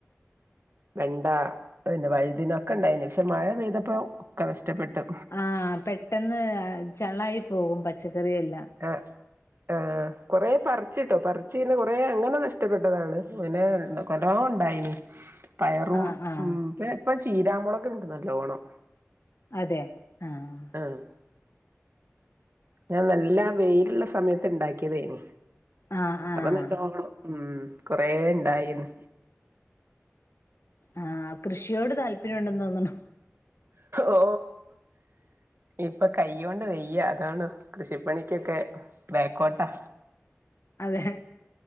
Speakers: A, on the right (about 55°); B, on the left (about 70°).
A: വെണ്ട പിന്നെ വഴുതിന ഒക്കെ ഉണ്ടായിനു പക്ഷെ മഴ പെയ്തപ്പ ഒക്കെ നഷ്ടപ്പെട്ടു
B: ആഹ് പെട്ടെന്ന് ചള്ളായി പോകും പച്ചക്കറിയെല്ലാം
A: ആഹ് ആഹ് കുറേ പറിച്ചിട്ടോ പറിച്ചിങ്ങനെ കുറേ അങ്ങനെ നഷ്ടപ്പെട്ടതാണ് പിന്നെ ഉണ്ടോ നല്ലോണം ഉണ്ടായിനി പയറും
B: ആഹ് ആഹ്
A: ഉം ഇപ്പ ചീരാമുളക് ഉണ്ട് നല്ലോണം
B: അതെ ആഹ്
A: ആഹ് ഞാൻ നല്ല വെയിലുള്ള സമയത്ത് ഉണ്ടാക്കിയതേനി
B: ആഹ് ആഹ്
A: അപ്പൊ നല്ലോണം ഉം കൊറെ ഇണ്ടായിന്ന്.
B: ആഹ് കൃഷിയോട് താല്പര്യം ണ്ടെന്ന് തോന്ന്ണു.
A: ഓ. ഇപ്പൊ കൈ കൊണ്ട് വെയ്യ അതാണ് കൃഷിപ്പണിക്കൊക്കെ ബേക്കോട്ടാ.
B: അതെ.